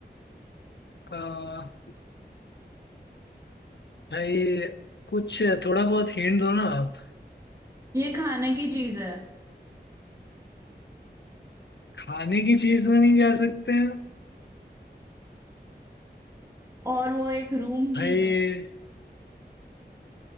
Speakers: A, on the left; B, on the right.
A: आ, भाई कुछ थोड़ा बहुत हिंट दो ना आप
B: ये खाने की चीज है
A: खाने की चीज में नहीं जा सकते हैं
B: और वो एक रूम भी
A: भाई
B: है